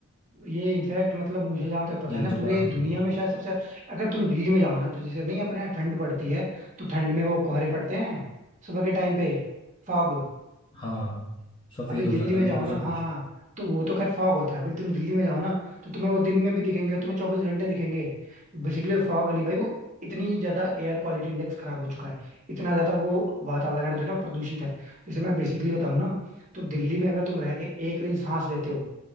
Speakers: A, on the right; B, on the left.
A: ये इनफैक्ट मतलब मुझे जहां तक पता
B: यही
A: है ना
B: तो
A: पूरे
B: बात
A: दुनिया
B: होगी
A: में शायद सबसे अगर तुम दिल्ली में जाओ ना तो जैसे नहीं अपने यहाँ ठंड पड़ती है तो ठंड में वो कोहरे पड़ते हैं सुबह के टाइम पे फॉग
B: हाँ सफेद
A: अभी दिल्ली
B: हो जाता
A: में
B: है बिल्कुल
A: जाओ ना
B: सब
A: हाँ
B: कुछ
A: हाँ तो वो तो खैर फॉग होता है बट तुम दिल्ली में जाओ ना तो तुम्हें वो दिन में भी दिखेंगे तुम्हें चौबीस घंटे दिखेंगे बेसिकली फॉग नहीं भाई वो इतनी ज्यादा एयर क्वालिटी इंडेक्स खराब हो चुका है इतना ज्यादा वो वातावरण जो है ना वो प्रदूषित है जैसे मैं बेसिकली बताऊं ना तो दिल्ली में अगर तुम रह के एक दिन सांस लेते हो